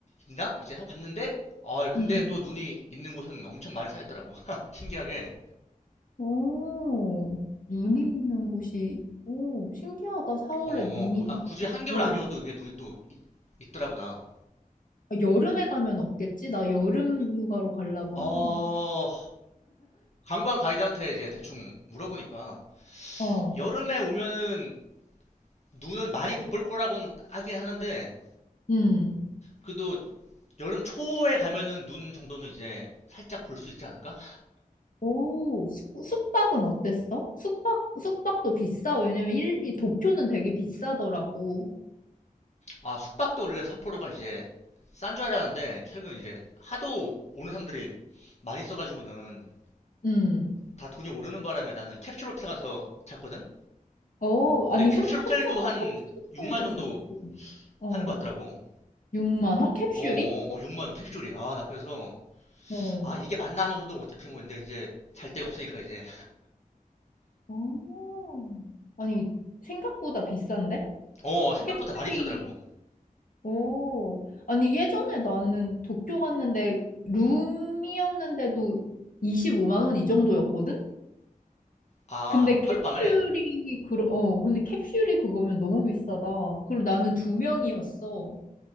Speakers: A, on the left; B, on the left.
A: 있나? 이제 하고 갔는데, 아, 근데
B: 응.
A: 또 눈이 있는 곳은 엄청 많이 쌓였더라고. <laughs> 신기하게.
B: 오, 눈이 있는 곳이, 오, 신기하다. 4월에
A: 어, 어,
B: 눈이
A: 구- 아, 굳이
B: 있고.
A: 한겨울 아니어도 이게 눈이 또 있, 있더라고, 나.
B: 아, 여름에 가면 없겠지? 나 여름 휴가로 가려고
A: 어,
B: 하는데.
A: 관광 가이드한테 이제 대충 물어보니까,
B: 어,
A: 여름에 오면은 눈은 많이 못 볼 거라고는 하긴 하는데,
B: 응.
A: 그래도 여름 초에 가면은 눈 정도는 이제 살짝 볼 수 있지 않을까?
B: 오, 숙- 숙박은 어땠어? 숙박, 숙박도 비싸. 왜냐면 일, 이 도쿄는 되게 비싸더라고.
A: 아, 숙박도 원래 삿포로가 이제 싼 줄 알았는데 최근 이제 하도 오는 사람들이 많이 써가지고는
B: 음.
A: 다 돈이 오르는 바람에 나는 캡슐 호텔 가서 잤거든?
B: 어,
A: 근데
B: 아니,
A: 캡슐
B: 혼, 혼자
A: 호텔도
B: 하면
A: 한
B: 캡슐
A: 6만
B: 호텔도
A: 정도
B: 좋지. 어,
A: 하는 것 같더라고.
B: 6만 원 캡슐이?
A: 어, 어, 어, 6만 원 캡슐이. 아, 나 그래서
B: 어.
A: 아, 이게 맞나 하면서도 어차피 뭐 근데 이제 잘 데가 없으니까 이제
B: 어. 아니, 생각보다 비싼데?
A: 어, 생각보다
B: 캡슐이,
A: 많이 비싸더라고.
B: 오. 아니, 예전에 나는 도쿄 갔는데 룸이었는데도 25만 원 이 정도였거든?
A: 아,
B: 근데 캡슐이
A: 하룻밤에
B: 그 어, 근데 캡슐이 그거면 너무 비싸다. 그럼 나는 두 명이었어.